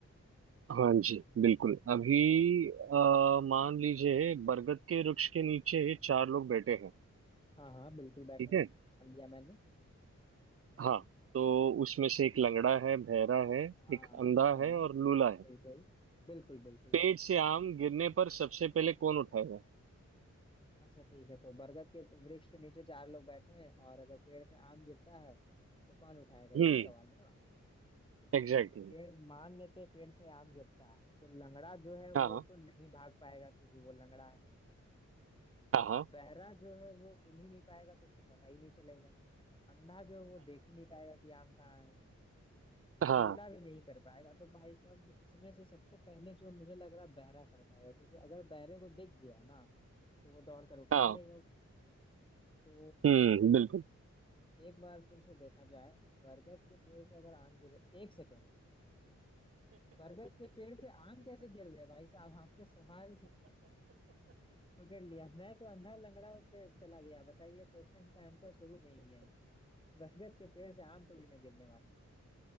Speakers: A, on the right (about 50°); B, on the left (about 15°).
A: हाँ जी बिल्कुल अभी अ, मान लीजिए बरगद के वृक्ष के नीचे चार लोग बैठे हैं
B: हाँ हाँ बिल्कुल बैठे
A: ठीक
B: हैं
A: है
B: कर लिया मैंने
A: हाँ तो उसमें से एक लंगड़ा है बहरा है
B: हाँ
A: एक अंधा
B: हाँ
A: है और लूला है
B: बिल्कुल बिल्कुल बिल्कुल
A: पेड़
B: है
A: से आम गिरने पर सबसे पहले कौन उठाएगा
B: अच्छा ठीक है तो बरगद के वृक्ष के नीचे चार लोग बैठे हैं और अगर पेड़ से आम गिरता है तो कौन उठाएगा यही
A: हम्म
B: सवाल है ना तो देखिए
A: Exactly exactly.
B: पेड़ मान लेते हैं पेड़ से आम गिरता है तो लंगड़ा जो है वो
A: हाँ
B: तो नहीं भाग पाएगा क्योंकि वो लंगड़ा है
A: हाँ
B: अब
A: हाँ
B: बहरा जो है वो सुन ही नहीं पाएगा तो उसको पता ही नहीं चलेगा अंधा जो है वो देख ही नहीं पाएगा कि आम कहाँ है और
A: हाँ
B: लूला
A: <laughs>
B: भी नहीं कर पाएगा तो भाई साहब इसमें से सबसे पहले जो मुझे लग रहा है बहरा कर पाएगा क्योंकि अगर बहरे को दिख गया ना तो वो दौड़ कर उठा
A: हाँ
B: लेगा उसे तो
A: हम्म बिल्कुल
B: एक बार फिर से देखा जाए बरगद के पेड़ से अगर आम गिर एक सेकेंड बरगद के पेड़ से आम कैसे गिर रहे भाई साहब आपके सवाल <laughs> पकड़ लिया मैं तो अंधा लंगड़ा पे चला गया बताइए क्वेश्चन का आंसर शुरू में ही है बरगद के पेड़ से आम थोड़ी ना गिरने वाले हैं।